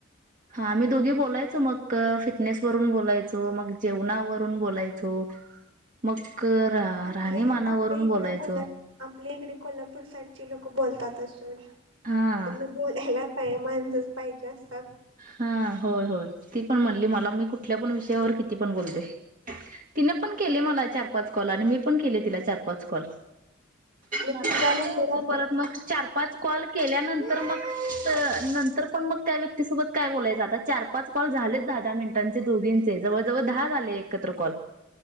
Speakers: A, on the right; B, on the right.
A: हा आमही दोघी बोलायच मग फिटनेस वरून बोलायचो मग, जेवणावरून बोलायचो मग राहणीमानावरून
B: आपले आपल्या इकड
A: बोलायचो
B: कोल्हा आपल्या इकडे कोल्हापूर साईडची लोक बोलतात तात सड त्यांनी
A: हा
B: बोलायला पा <unintelligible> पाहिजे असतात.
A: हा होय होय ती पण म्हणली मला मी कुठल्या पण विषयावर किती पण बोलते तिने पण केले
B: हं.
A: मला चार पाच कॉल आणि मी पण केले तिला चार पाच कॉल.
B: मग
A: होत
B: तिचा नंबर असेल
A: परत
B: तर
A: मग चार पाच कॉल? केल्यानंतर मग नंतर पण मग त्या त सोबत काय बोलायचं आता चार पाच कॉल झालेत दहा दहा मिनिटांचे दोघींचे. जवळजवळ दहा झाले एकत्र कॉल.